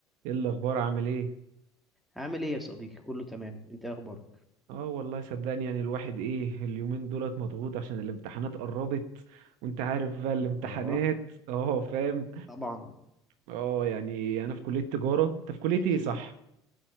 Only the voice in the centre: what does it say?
عامل ايه يا صديقي كله تمام انت إيه اخبارك
اه
طبعا
احكي
لي